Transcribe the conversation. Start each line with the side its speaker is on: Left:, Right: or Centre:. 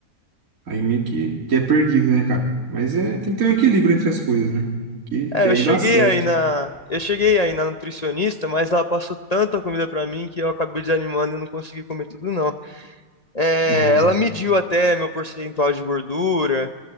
Right: Aí meio que, que é perdido, né, cara? Mas é, tem que ter um equilíbrio entre as coisas, né? Que, que
Left: É,
Right: aí
Left: eu cheguei
Right: dá certo.
Left: aí na, eu cheguei aí na nutricionista, mas ela passou tanta comida pra mim que eu acabei desanimando e eu não consegui comer tudo, não. É,
Right: É.
Left: ela mediu até meu percentual de gordura,